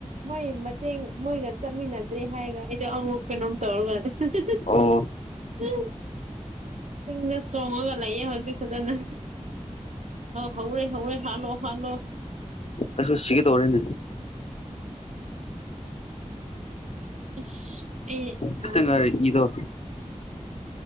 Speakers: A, on the right; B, on the left.
A: ꯃꯣꯏ ꯃꯇꯦꯡ ꯃꯣꯏꯒ ꯆꯠꯃꯤꯟꯅꯗ꯭ꯔꯤ ꯍꯥꯏꯒ ꯑꯩꯗꯣ ꯑꯃꯨꯛ ꯀꯩꯅꯣꯝ ꯇꯧꯔꯒ <unintelligible>
B: ꯑꯣ
A: <unintelligible> ꯆꯤꯡꯗ ꯆꯣꯡꯉꯒ ꯂꯩꯌꯦ ꯍꯧꯖꯤꯛ ꯐꯖꯅ ꯑꯣ ꯍꯧꯔꯦ ꯍꯧꯔꯦ ꯍꯥꯠꯂꯣ ꯍꯥꯠꯂꯣ
B: ꯑꯩꯁꯨ ꯁꯤꯒꯗꯣꯔꯦꯅꯦ
A: ꯏꯁ ꯑꯩ ꯑꯥ
B: ꯈꯤꯠꯇ ꯉꯥꯏꯔꯦ ꯏꯗꯣ